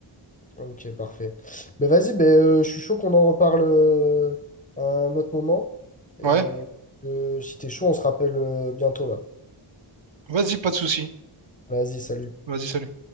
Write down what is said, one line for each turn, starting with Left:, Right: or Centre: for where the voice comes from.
Left: Ok, parfait. Ben vas-y, ben, euh, je suis chaud qu'on en reparle euh, à un autre moment. Euh,
Right: Ouais,
Left: euh, si t'es chaud, on se rappelle euh, bientôt là.
Right: vas-y, pas de souci.
Left: Vas-y, salut.
Right: Vas-y, salut.